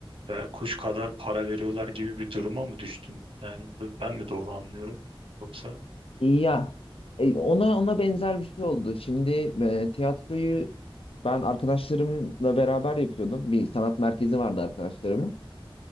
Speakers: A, on the right; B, on the left.
A: ve kuş kadar para veriyorlar gibi bir duruma mı düştün? Yani b- ben mi doğru anlıyorum? Yoksa
B: Ya e, ona ona benzer bir şey oldu. Şimdi e, tiyatroyu ben arkadaşlarımla beraber yapıyordum. Bir sanat merkezi vardı arkadaşlarımın.